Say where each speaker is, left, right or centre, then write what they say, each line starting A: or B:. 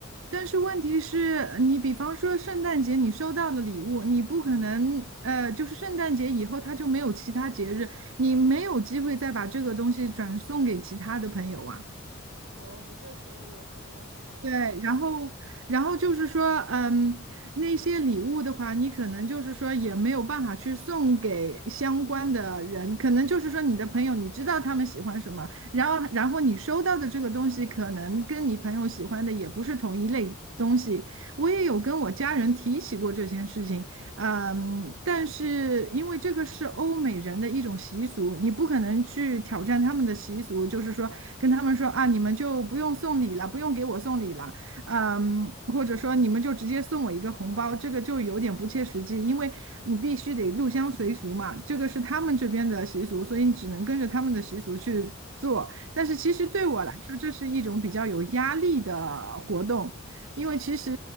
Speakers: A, on the right (about 75°); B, on the right (about 60°).
A: 但是问题是，你比方说圣诞节你收到了礼物，你不可能，呃，就是圣诞节以后它就没有其他节日，你没有机会再把这个东西转送给其他的朋友啊。
B: 哦，你这说的也是一个很好的角度。
A: 对，然后，然后就是说，嗯，那些礼物的话，你可能就是说也没有办法去送给相关的人，可能就是说你的朋友，你知道他们喜欢什么，然后，然后你收到的这个东西，可能跟你朋友喜欢的也不是同一类东西。我也有跟我家人提起过这件事情，嗯，但是因为这个是欧美人的一种习俗，你不可能去挑战他们的习俗，就是说跟他们说啊，你们就不用送礼了，不用给我送礼了，嗯，或者说你们就直接送我一个红包，这个就有点不切实际，因为你必须得入乡随俗嘛，这个是他们这边的习俗，所以你只能跟着他们的习俗去做。但是其实对我来说，这是一种比较有压力的活动，因为其实。